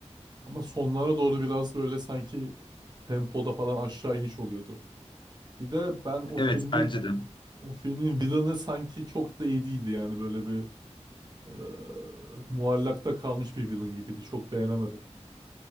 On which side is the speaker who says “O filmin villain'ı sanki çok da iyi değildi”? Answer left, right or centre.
Right